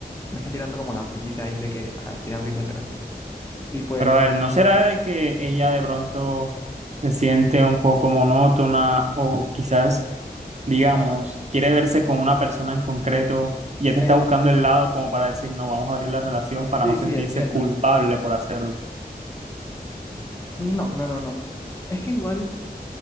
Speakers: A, on the left (about 15°); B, on the right (about 45°).
A: me está tirando como la pullita ahí de que, ajá, quiere abrir la relación. Y pues...
B: Pero a ver, ¿no será de que ella de pronto se siente un poco monótona o quizás, digamos,
A: No, no, no.
B: quiere verse con una persona en concreto y ya te
A: Em,
B: está buscando el lado como para decir, no, vamos a abrir la relación para
A: sí,
B: no sentirse
A: sí, entiendo.
B: culpable por hacerlo?
A: No, no, no, no. Es que igual